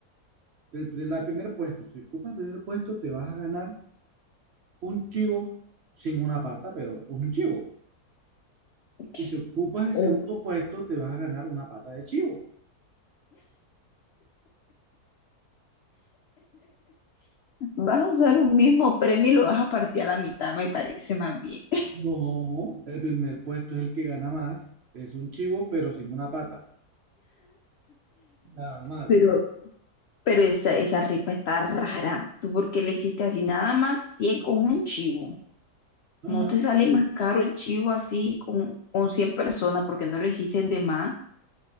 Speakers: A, on the right; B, on the left.
A: el, pri- la- el primer puesto, si ocupas el primer puesto, te vas a ganar un chivo sin una pata, pero es un chivo.
B: <laughs> ok.
A: Y si ocupas el
B: Oh.
A: segundo puesto, te vas a ganar una pata de chivo.
B: Vas a usar un mismo premio y lo vas a partir a la mitad, me parece más bien.
A: No, el primer puesto es el que gana más. Es un chivo, pero sin una pata. Nada más.
B: Pero, pero esa, esa rifa está rara. ¿Tú por qué le hiciste así? Nada más 100 con un chivo.
A: Ajá.
B: ¿No te sale más caro el chivo así con, con 100 personas porque no lo hiciste de más?